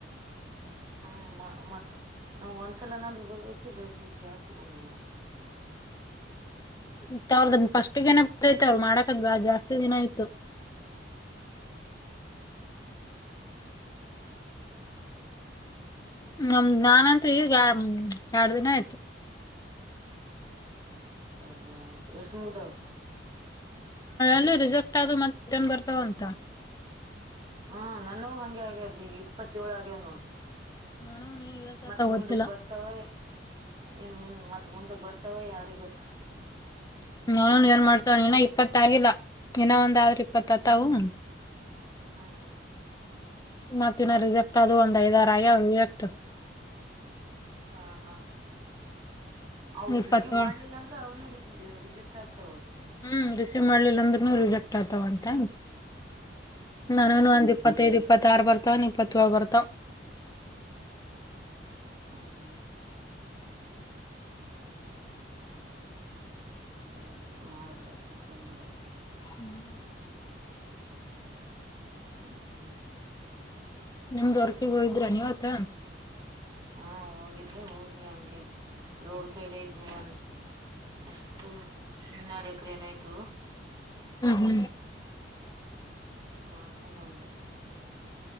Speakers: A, on the left; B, on the right.
A: <inaudible>
B: ಹ್ಮ ಮತ್ತತ್ ನಮ್ಗ್ ಒಂದ್ಸಲನಾದ್ರು ಬರ್ಬೇಕ ಇಲ್ ಅದಕಿಗ್ ಜಾಸ್ತಿ ಬಂದ ನೋಡಿ
A: <inaudible> ಅವ್ರದ್ದ ಫಸ್ಟ್ಗನೆ ಗತ್ತೈತೆ ಅವ್ರು ಮಾಡಕದ್ ಬಾ ಜಾಸ್ತಿ ದಿನ ಆಯ್ತು
B: ಹ್ಮ ಹ್ಮ
A: ನಮ್ದ್ ನಾಾನತ್ ಈಗ ಎರಡು ದಿನ ಆಯ್ತು
B: ಎದ ಆಯ್ತು ಎಷ್ಟ ಮುಗ್ದವು
A: ಲ್ಲ ರಿಸಕ್ಟ್ ಆದ ಮತ್ತ ಟನ್ ಬರ್ತಾವಂತ
B: ಹ್ಮ ನನ್ನವು ಹಂಗೆ ಆಗ್ಯದ್ ಈಗ ಇಪ್ಪತ್ತ ಏಳು ಆಗ್ಯವ್ ನೋಡು
A: ನಾನು ಯುಎಸ್
B: ಮತ್
A: ಆತ
B: ಮುಂದಗ್
A: ಗೊತ್ತಿಲ್ಲ
B: ಬರ್ತಾವ ಇನ್ ಮತ್ತತ್ ಮುಂದಕ್ ಬರ್ತಾವ ಯಾರಿಗೊತ್ತು
A: ನಾನನ್ ಏನ್ ಮಾಡ್ತವ ಏನ ಇಪ್ಪತ್ತ ಆಗಿಲ್ಲ ಏನ ದ್ರೀ ಪತ
B: ಹ್ಮ್
A: ತ ಹನ್
B: ಹ್ಮ್ ಹ್ಮ್
A: ಮತ್ತಿನ ರಿಿಸೆಕ್ಟ್ ಅದು ಒಂದ್ ಐದ್ ಆರಯ್ಯ ರಿಜೆಕ್ಟ್
B: ಹಾ ಹಾ ಅವರು
A: ಇಪ್ಪತ್ತೋಳ್
B: ರಿಸೀವ್ ಮಾಡ್ಲಿಲ್ಲ ಅಂದ್ರೆ ಅವನು ರಿಜೆಕ್ಟರ್ತ
A: ಹ್ಮ್ ರಿಸೀವ್ ಮಾಡ್ಲಿಲ್ಲಂದ್ರನು ರಿಜೆಕ್ಟ್ ಆತಾವ ಅಂತ ನಾನೂನು
B: ಹ್ಮ್
A: ಒಂದ್ ಇಪ್ಪತ್ತೈದು್ ಇಪ್ಪತ್ತ ಆಾರ ಬರ್ತಾವನ್ ಇಪ್ಪತ್ತಏಳ್ ಬರ್ತಾವ <inaudible>
B: ಹ್ಮ್ ಹ್ಮ್ ನೋಡ್ರ ಆಯ್ತು ಮಾಡುದ್ ಆಯ್ತು ಮತ್ತತ್ ಏನ್ ಮಾಡದ್
A: ಹ್ಮ್
B: ಹ್ಮ್
A: ನಿಮ್ದ್ ಹೊರ್ಕಗ್ ಹೋೋಗ ಇದ್ರ ನೀವತ್ತ
B: ಹಾ ಹೋಗಿದ್ದೆ ಹೋಗಿ ಹಂಗೆ ರೋಡ್ ಸೈಡ್ ಇದವು ಅ ಅಷ್ಟುನ್ನಡಿ ಅಕ್ರ ಏನಾಯು
A: ಹ್ಮ ಹ್ಮ
B: ಮಳಕ ಬಂದು